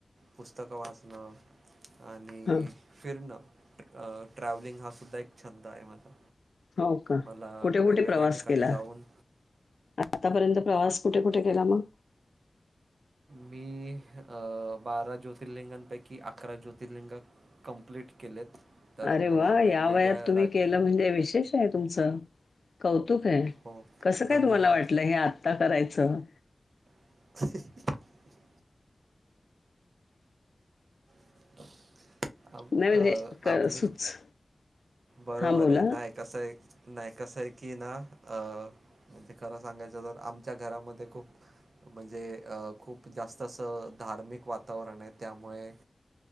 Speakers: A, on the right (about 85°); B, on the left (about 75°).
A: पुस्तकं वाचणं आणि
B: हां.
A: फिरण अ ट्रॅव्हलिंग हा सुद्धा एक छंद आहे माझा
B: होका
A: मला
B: कुठे कुठे
A: वेगवेगळ्या
B: प्रवास
A: ठिकाणी
B: केला
A: जाऊन
B: आत्तापर्यंत प्रवास कुठे कुठे केला मग
A: बिप अ बारा ज्योतिर्लिंगांपैकी अकरा ज्योतिर्लिंग कम्प्लीट केलेत तर
B: अरे
A: मग
B: वा
A: वेगवेगळ्या
B: या वयात तुम्ही
A: राज्य
B: केलं म्हणजे विशेष आहे तुमचं कौ थुका
A: हो
B: कसं काय
A: धन्यवाद
B: तुम्हाला वाटलं हे आता करायचं
A: <unintelligible> <unintelligible> आम
B: नाही म्हणजे
A: अ
B: क
A: आमी
B: सुच
A: बरोबर
B: हां, बोला.
A: आहे नाय कस हे नाय कसं की ना अ खरं सांगायचं तर आमच्या घरामध्ये खूप म्हणजे अ खूप जास्त असं धार्मिक वातावरण आहे त्यामुळे